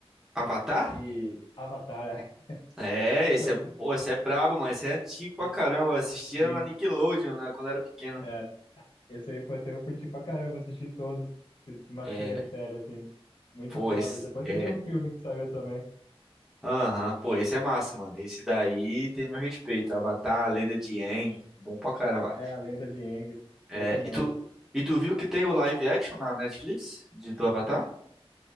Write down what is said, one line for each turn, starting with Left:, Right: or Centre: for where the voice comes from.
Centre: Avatar?
Left: E Avatar, é,
Centre: É,
Left: <laughs>
Centre: esse
Left: foi
Centre: é,
Left: esse,
Centre: pô, esse é brabo, mano. Esse é antigo pra
Left: esse-
Centre: caramba. Eu assistia
Left: sim,
Centre: na Nickelodeon, né, quando eu era pequeno.
Left: é, esse aí foi eu curti pra caramba, assisti todos, matei
Centre: É,
Left: a série, assim, muito
Centre: pô,
Left: foda.
Centre: esse,
Left: E depois
Centre: é,
Left: assisti um filme que saiu também,
Centre: Aham, pô, esse é massa, mano. Esse daí tem meu respeito. Avatar, a Lenda de Aang, bom pra caramba.
Left: é A Lenda de Aang,
Centre: É,
Left: esse mesmo.
Centre: e tu, e tu viu que tem o live action na Netflix de, do Avatar?